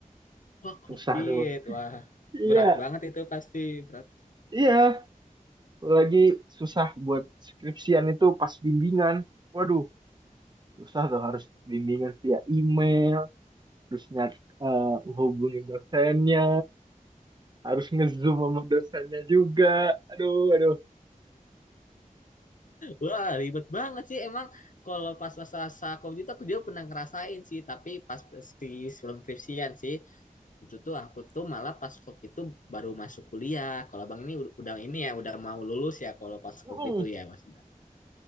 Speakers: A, on the left (about 65°); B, on the right (about 30°).
A: Wah, COVID.
B: susah tuh.
A: Wah,
B: Iya,
A: berat banget itu pasti. Berat.
B: iya. Lagi susah buat skripsian itu pas bimbingan. Waduh, susah tuh harus bimbingan via email terus nyat eh, hubungin dosennya harus ngezoom sama dosennya juga aduh aduh
A: Wah, ribet banget sih. Emang kalau pas masa-masa COVID itu aku juga pernah ngerasain sih. Tapi pas si sebelum skripsian sih. itu tuh aku tuh malah pas COVID tuh baru masuk kuliah. Kalau abang ini ud- udah ini ya udah mau lulus ya kalau pas
B: Mm.
A: COVID tuh ya mas. <laughs>